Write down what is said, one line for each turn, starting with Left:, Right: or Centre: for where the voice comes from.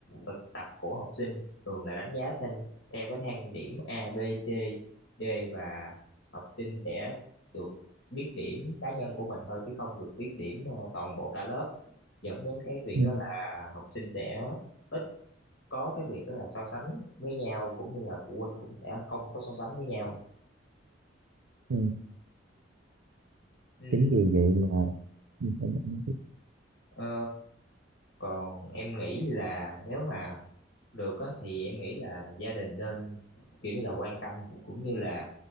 Left: thực tập của học sinh thường là đánh giá thêm theo cái thang điểm A, B, C D và học sinh sẽ được biết điểm cá nhân của mình thôi chứ không được biết điểm ờ, toàn bộ cả lớp dẫn đến cái việc
Right: ừ.
Left: đó là học sinh sẽ ít có cái việc đó là so sánh với nhau cũng như là phụ huynh cũng sẽ không có so sánh với nhau
Right: Ừ.
Left: Ừm,
Right: chính vì vậy mà ừ, em, em,
Left: ờ, còn em nghĩ là nếu mà được á thì em nghĩ là gia đình nên kiểu như là quan tâm cũng như là